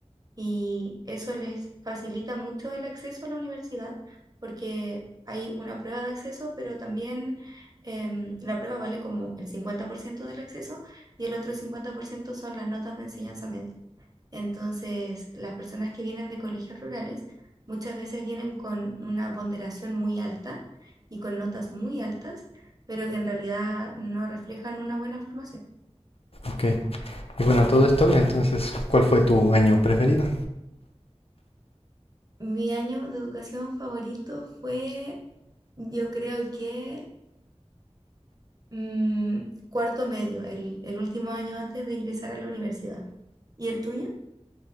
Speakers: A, on the right; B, on the left.
A: y eso les facilita mucho el acceso a la universidad porque hay una prueba de acceso, pero también em, la prueba vale como el 50% del acceso y el otro 50% son las notas de enseñanza media. Entonces, las personas que vienen de colegios rurales muchas veces vienen con una ponderación muy alta y con notas muy altas, pero que en realidad no reflejan una buena formación.
B: ok. Y bueno, todo esto, entonces, ¿cuál fue tu año preferido?
A: Mi año de educación favorito fue, yo creo que mm, cuarto medio, el, el último año antes de ingresar a la universidad. ¿Y el tuyo?